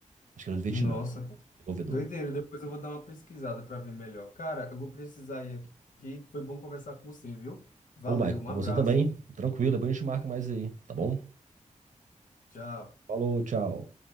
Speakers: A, on the right (about 75°); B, on the left (about 85°).
A: Acho que ele era do Vietnã,
B: Nossa,
A: desenvolvedor.
B: doideira. Depois eu vou dar uma pesquisada para ver melhor. Cara, eu vou precisar ir aqui. Foi bom conversar com você, viu? Valeu,
A: Ô, Michael,
B: um
A: com
B: abraço.
A: você também. Tranquilo, depois a gente marca mais aí, tá bom?
B: Tchau.
A: Falou, tchau.